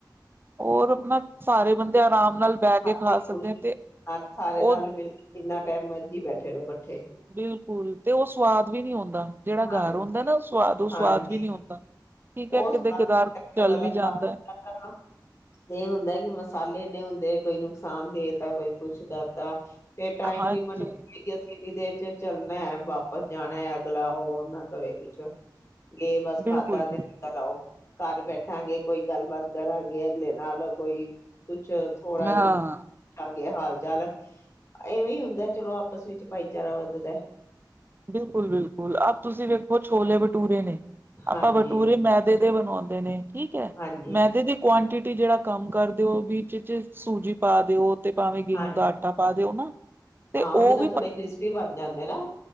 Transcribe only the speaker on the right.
ਹੋਰ ਨਾ ਸਾਰੇ ਬੰਦੇ ਆਰਾਮ ਨਾਲ ਬਹਿ ਕੇ
ਖਾ ਸਕਦੇ
ਆ ਤੇ
ਉਹ
ਬਿਲਕੁਲ ਤੇ ਉਹ ਸਵਾਦ ਵੀ ਨਹੀਂ ਹੁੰਦਾ ਜਿਹੜਾ ਘਰ
ਹੁੰਦਾ ਨਾ ਸਵਾਦ ਉਹ ਸਵਾਦ
ਵੀ ਨਹੀਂ ਹੁੰਦਾ। ਠੀਕ ਹੈ
ਕਿਤੇ
ਕਿਦਾਰ
ਚੱਲ
ਵੀ ਜਾਂਦਾ
ਹੈ।
ਹਾਂਜੀ
ਬਿਲਕੁਲ
ਹਾਂ
ਬਿਲਕੁਲ ਬਿਲਕੁਲ ਆ ਤੁਸੀਂ ਵੇਖੋ ਛੋਲੇ ਬਟੂਰੇ ਨੇ।
ਆਪਾਂ ਬਟੂਰੇ ਮੈਦੇ ਦੇ ਬਣਾਵਾਂਦੇ ਨੇ ਠੀਕ ਹੈ
ਮੈਦੇ ਦੀ ਕੁਆਂਆਂਟਿਟੀ ਜਿਹੜਾ ਕੰਮ ਕਰ ਦਿਓ ਵਿੱਚ ਚ ਸੂਜੀ ਪਾ ਦਿਓ। ਤੇ ਭਾਵੇਂ ਗੇਹੂ
ਦਾ ਆਟਾ ਪਾ ਦਿਓ ਨਾ। ਤੇ
ਉਹ